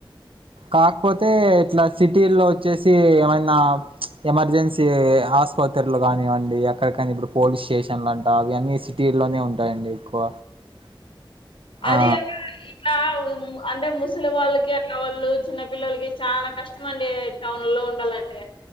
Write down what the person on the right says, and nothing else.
కాకపోతే ఇట్లా సిటీ లో వచ్చేసి ఏమైనా చ్ ఎమర్జెన్సీ ఆస్పత్రులు కానివ్వండి ఎక్కడి కాని ఇప్పుడు పోలీస్ స్టేషన్లు అంట అవన్నీ తీరులోనే ఉంటాయండి ఎక్కువ
ఆ!